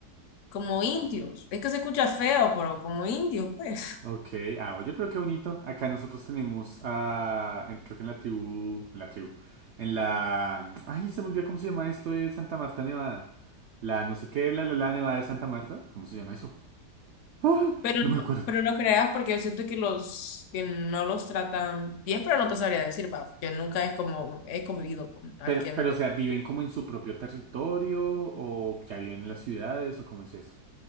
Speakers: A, on the left (about 65°); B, on the right (about 80°).
A: como indios. Es que se escucha feo, pero como indios, pues.
B: Ok, ah, oye, pero qué bonito. Acá nosotros tenemos, ah, en- creo que en la tribu, en la tribu, en la, ay, se me olvidó cómo se llama esto de Santa Marta, Nevada. La no sé qué, bla, bla, bla, Nevada de Santa Marta. ¿Cómo se llama eso? ¡Ah!
A: Pero
B: No me acuerdo.
A: no, pero no creas porque yo siento que los que no los tratan bien, pero no te sabría decir, va, que nunca es como he convivido con alguien
B: Pero, pero, o
A: de-
B: sea, ¿viven como en su propio territorio o ya viven en las ciudades o cómo es eso?